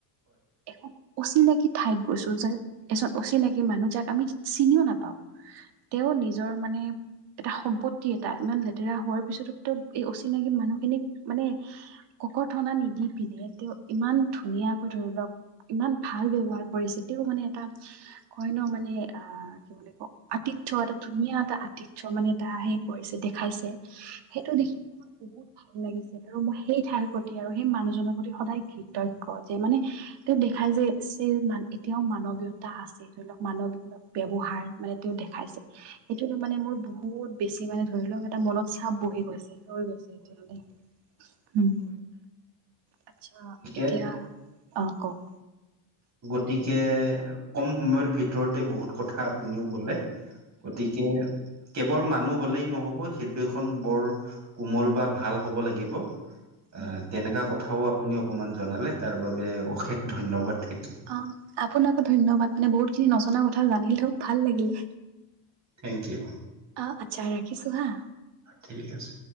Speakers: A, on the right; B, on the right.
A: এ অচিনাকি ঠাইত গৈছো য এজন অচিনাকি মানুহ যাক আমি চিনিও নাপাওঁ তেওঁ নিজৰ মানে এটা সম্পত্তি এটা ইমান লেতেৰা হোৱাৰ পিছতো এই অচিনাকি মানুহ খিনিক মানে কক থনা নিদি পিনে তেওঁ ইমান ধুনীয়া ধুনাকৈ ধৰি লওক ইমান ভাল ব্যৱহাৰ কৰিছিল এতিয়াও মানে এটা কই ন মানে আহ কি বুলি ক আতিথ্য এটা ধুনীয়া এটা আতিথ্য <unintelligible> মানে এটা হে কৰিছে দেখাইছে সেইটো দেখি মে মই বহুত ভাল লাগিছে আৰু মই সেই ঠাইৰ প্ৰতি আৰু সেই মানুহজনৰ প্ৰতি সদায় কৃতজ্ঞ যে মানে তেওঁ খাল যে এতিয়াও মানৱীয়তা আছে ধৰি লওক মানৱ ব্যৱহাৰ মানে তেওঁ দেখাইছে সেইটো মানে মোৰ বহুত বেছি মানে ধৰি লওক এটা মনত চাপ বহি গৈছে হৈ গৈছে এতিয়াহলে উম আচছা এতিয়া
B: গতিকে
A: অ কওক
B: গতিকে কম সময়ৰ ভিতৰতে বহুত কথা আপুনিও কলে গতিকে কেৱল মানুহ হলেই নহব হৃদয়খন বৰ কোমল বা ভাল হব লাগিব অ
A: উম
B: তেনেকা কথাও আপুনি অকমান জনালে তাৰ বাবে অশেষ ধন্যবাদ থাক
A: অ আপোনাকো ধন্যবাদ মানে বহুত খিনি নজনা কথা জানিল থক ভাল লাগিলে।
B: Thank you.
A: অ আচ্ছা ৰাখিছো হা।
B: ঠিক আছে।